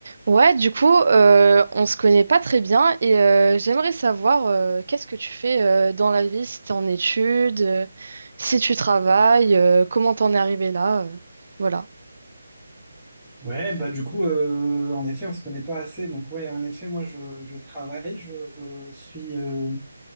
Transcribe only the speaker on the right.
Ouais, du coup, euh, on se connaît pas très bien et euh, j'aimerais savoir euh, qu'est-ce que tu fais euh, dans la vie, si t'es en études, euh, si tu travailles, euh, comment t'en es arrivé là, euh, voilà.